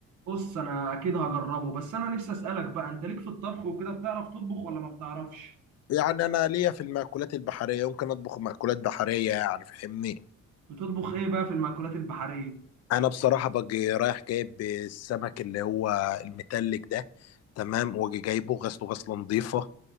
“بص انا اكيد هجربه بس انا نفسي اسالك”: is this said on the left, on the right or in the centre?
Right